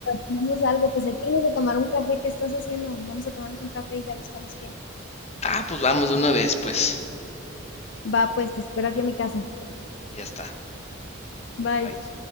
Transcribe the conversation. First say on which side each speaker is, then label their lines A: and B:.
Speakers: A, on the left (about 60°); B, on the left (about 30°).
A: Tomamos algo, pues aquí vamos a tomar un café, ¿qué estás haciendo? Vamos a tomarnos un café y ya buscamos qué.
B: Ah, pues vamos de una vez, pues.
A: Va, pues te espero aquí en mi casa.
B: Ya está.
A: Bye.
B: Bye.